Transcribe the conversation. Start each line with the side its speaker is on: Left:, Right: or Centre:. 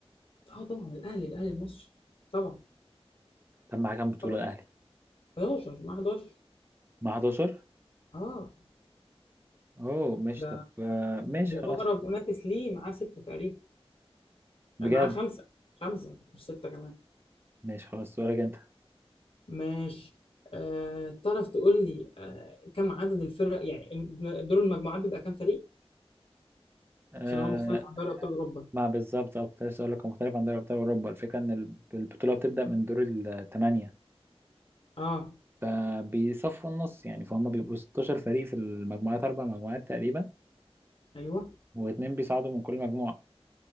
Left: اه طبعا الأهلي الأهلي المصري طبعا
Right: طب مع كام بطولة
Left: طبعا
Right: الاهلي
Left: 11 مع 11
Right: مع 11
Left: اه
Right: اوه ماشي
Left: ده
Right: طب آه ماشي
Left: وأقرب
Right: خلاص
Left: منافس ليه معاه ستة تقريبا
Right: بجد
Left: آه، معاه خمسة خمسة مش ستة كمان
Right: ماشي خلاص سؤالك انت
Left: ماشي آه، تعرف تقول لي آه، كم عدد الفرق يعني دور المجموعات بيبقى كام فريق
Right: آه
Left: عشان هو مختلف عن دوري ابطال اوروبا
Right: ما بالظبط اه كنت لسه اقول لك هو مختلف عن دوري ابطال اوروبا الفكرة ان ال- البطولة بتبدأ من دور الثمانية
Left: اه
Right: فبيصفوا النص يعني فهم بيبقوا 16 فريق في المجموعات اربع مجموعات تقريبا
Left: ايوه
Right: واثنين بيصعدوا من كل مجموعة